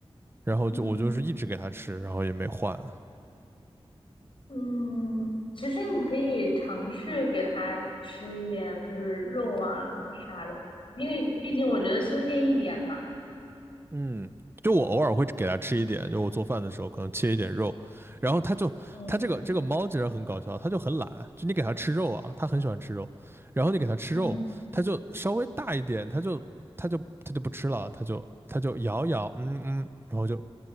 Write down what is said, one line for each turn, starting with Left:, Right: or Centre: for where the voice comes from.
Right: 然后就我就是一直给它吃，
Left: 嗯
Right: 然后也没换。
Left: 嗯，其实你可以尝试给它吃一点，就是肉啊啥的，因为毕竟我觉得新鲜一点嘛。
Right: 嗯，就我偶尔会给它吃一点，就我做饭的时候可能切一点肉，然后它就它这个这个猫其实很搞笑，
Left: 嗯
Right: 它就很懒，就你给它吃肉啊，它很喜欢吃肉，然后你给它吃肉，
Left: 嗯，
Right: 它就稍微大一点，它就它就它就不吃了，它就它就咬咬，嗯嗯，然后就